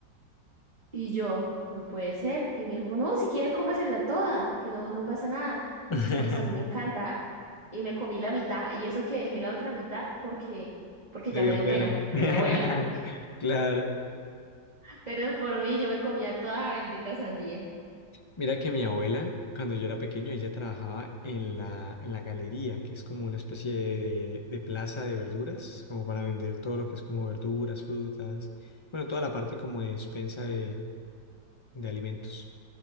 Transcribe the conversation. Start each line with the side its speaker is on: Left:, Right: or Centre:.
Right: Y yo, no puede ser. Y me dijo, no, si quiere cómasela toda, que no, no pasa nada.
Left: <laughs>
Right: Y pues a mí me encanta. Y me comí la mitad. Y eso que dejé la otra mitad porque, porque
Left: Me
Right: ya
Left: dio
Right: me dio
Left: pena.
Right: pena con
Left: <laughs>
Right: mi abuela.
Left: Claro.
Right: Pero por mí yo me comía toda la bendita sandía.
Left: Mira que mi abuela, cuando yo era pequeño, ella trabajaba en la, en la galería, que es como una especie de, de plaza de verduras, como para vender todo lo que es como verduras, frutas, bueno, toda la parte como de despensa de, de alimentos.